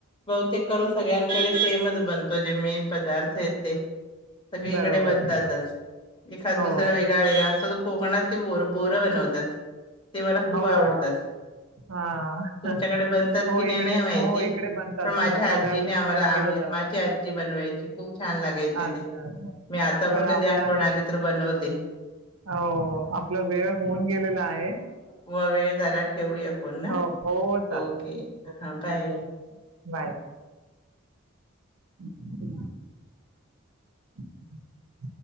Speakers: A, on the left; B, on the right.
A: बहुतेक करून सगळ्यांकडे सेमच बनतो जे मेन पद पदार्थ येत ते सगळीकडे
B: बरोबर.
A: बनतातच एखाद
B: हो,
A: दुसरा व्यक वेगळ वेगळा असतो तो कोकणात ते बोर बोरं बनवतात ते मला खूप
B: हो.
A: आवडतात.
B: हो. हां.
A: तुमच्याकडे बनतात
B: हो,
A: कि नाही
B: इकडे
A: नाही माहिती
B: हो, इकडे बनतात,
A: पण माझ्या
B: बनतात. तांदळाच्या
A: आजीने आम्हाला
B: पिठाचं
A: आम्ही
B: केलं जातं.
A: माज जी आज्जी बनवाय ची खूप छान लागायचे
B: अच्छा,
A: ते
B: अच्छा.
A: मी आता
B: बरं
A: पण कधी
B: आपला
A: आठवण आली तर बनवते.
B: हो आपला वेळ होऊन गेलेला आहे.
A: व वेळ झाला ठेवूया फोन ना
B: हो हो चालेल
A: ओके
B: चालेल ओके
A: हां बाय.
B: Okay bye. <inaudible> <inaudible>